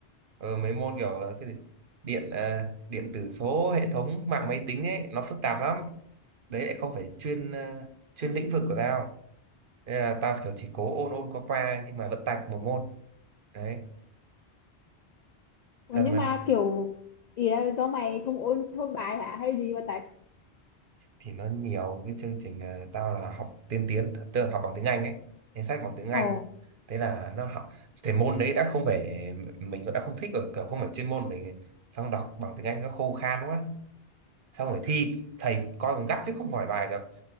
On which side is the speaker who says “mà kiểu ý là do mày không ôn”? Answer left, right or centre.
Left